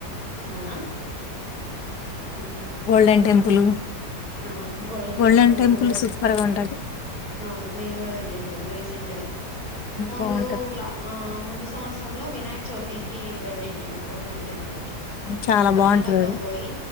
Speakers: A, on the left (about 55°); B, on the left (about 75°).
A: అవునా ఉమ్
B: గోల్డెన్ టెంపుల్
A: ఆ గోల్డన్
B: గోల్డెన్
A: టెపుల్ మేము
B: టెంపుల్
A: కూడా వెళ్ళి
B: సూపర్ గా ఉంటది
A: అవును మేము కూడా వెళ్ళంటేం రీసెంట్ గా ముందులా
B: బాగుంటది
A: ఆ ముందు సంవత్సరంలో వినాయక చ్యతికి వెళ్ళేంటి గోల్డెన్ టెంపుల్ కి
B: చాలా
A: కానీపాకం
B: బాగుంటది అది
A: పోయి